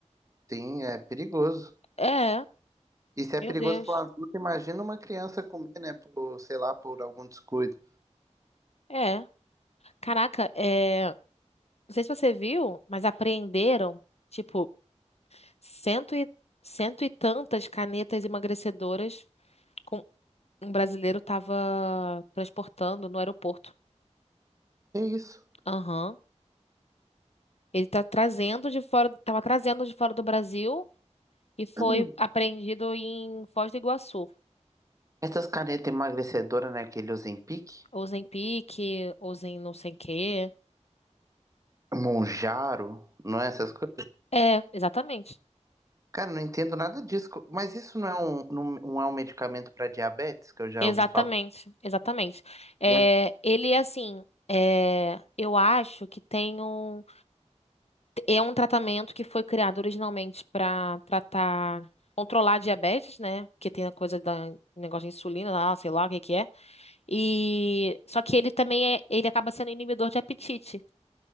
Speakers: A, on the right (about 25°); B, on the left (about 60°).
A: Sim, é perigoso.
B: É,
A: E se é
B: meu
A: perigoso
B: Deus.
A: para um adulto, imagina uma criança comer, né? Por, sei lá, por algum descuido.
B: É. Caraca, é. Não sei se você viu, mas apreenderam, tipo, cento e, cento e tantas canetas emagrecedoras com um brasileiro tava transportando no aeroporto.
A: É isso.
B: Aham. Ele tá trazendo de fora, tava trazendo de fora do Brasil e foi
A: <clears throat>
B: apreendido em Foz do Iguaçu.
A: Essas canetas emagrecedoras, né? Aquele Ozempic,
B: Ou em Pique, ou em não sei o quê.
A: Monjaro, não é essas coisas?
B: É, exatamente.
A: Cara, não entendo nada disso. Mas isso não é um, não, não é um medicamento para diabetes, que eu já
B: Exatamente,
A: ouvi falar?
B: exatamente. É,
A: E
B: ele, assim, é, eu acho que tem um. É um tratamento que foi criado originalmente para tratar. Controlar a diabetes, né? Porque tem a coisa da negócio de insulina lá, sei lá o que que é. E só que ele também é, ele acaba sendo inibidor de apetite.